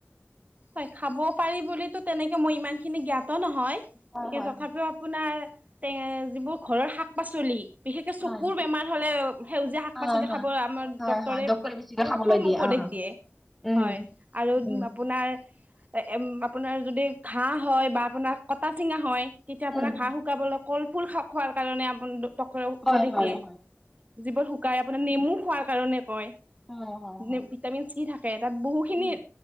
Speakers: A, on the right; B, in the centre.
A: হয়, খাব পাৰি বুলিটো তেনেকে মই ইমান খিনি জ্ঞাত ত নহয়,
B: হয়
A: কিন্তু
B: হয়
A: তথাপিও আপোনাৰ তে যিবোৰ ঘৰৰ শাক পাচলি বিশেষকৈ
B: হয়
A: চকুৰ বেমাৰ হ'লে, সেউজীয়া শাক
B: হয়
A: পাচলি
B: হয়
A: খাব আমাৰ
B: হয়
A: ডক্তৰে
B: হয়
A: প্ৰথম
B: বেছিকে খাবলৈ
A: উপদেশ
B: অ
A: দিয়ে,
B: উম
A: হয়, আৰু
B: উম
A: আপোনাৰ এ আপোনাৰ যদি ঘাঁ হয় বা আপোনাৰ কটা চিঙা হয়। তেতিয়া আপোনাৰ
B: উম
A: ঘাঁ শুকাবলৈ কল ফুল খা খোৱাৰ কাৰণে আপোনাৰ ডক্তৰে
B: হয়
A: উপদেশ
B: হয়
A: দিয়ে।
B: হয়
A: যিবোৰ শুকাই, আপোনাৰ নেমু খোৱাৰ কাৰণে কয়
B: হয় হয়
A: নেম
B: হয়
A: ভিটামিন চি থাকে, তাত বহুখিনি
B: উম